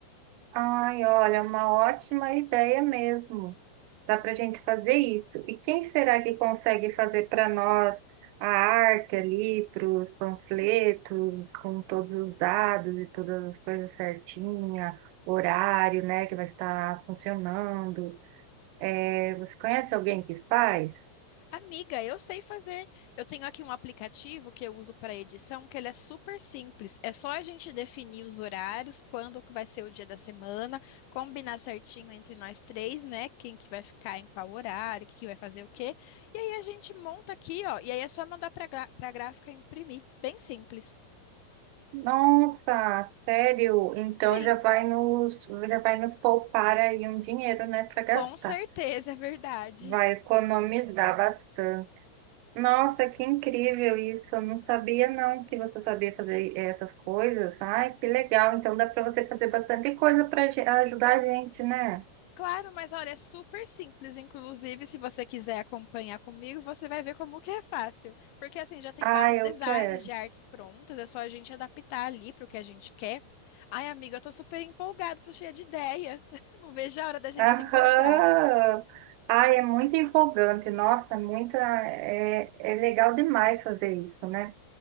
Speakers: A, on the right; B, on the left.
A: Ai, olha, uma ótima ideia mesmo. Dá para a gente fazer isso. E quem será que consegue fazer para nós a arte ali, para os panfletos, com todos os dados e todas as coisas certinha, horário, né, que vai estar funcionando? É, você conhece alguém que faz?
B: Amiga, eu sei fazer. Eu tenho aqui um aplicativo que eu uso para edição, que ele é super simples. É só a gente definir os horários, quando que vai ser o dia da semana, combinar certinho entre nós três, né? Quem que vai ficar em qual horário, que que vai fazer o quê. E aí a gente monta aqui, ó. E aí é só mandar para para a gráfica imprimir. Bem simples.
A: Nossa, sério? Então
B: Sim,
A: já vai nos, já vai nos poupar aí um dinheiro, né, para gastar.
B: com certeza, é verdade.
A: Vai economizar bastante. Nossa, que incrível isso. Eu não sabia não que você sabia fazer essas coisas. Ai, que legal. Então dá para você fazer bastante coisa para ajudar a gente, né?
B: Claro, mas olha, é super simples. Inclusive, se você quiser acompanhar comigo, você vai ver como que é fácil. Porque assim, já tem
A: Ai,
B: vários designs
A: eu quero.
B: de artes prontas, é só a gente adaptar ali para o que a gente quer. Ai, amiga, eu tô super empolgada, tô cheia de ideias. <laughs> Não vejo a hora da gente
A: Aham.
B: se encontrar.
A: Ai, é muito empolgante. Nossa, é muita é, é legal demais fazer isso, né?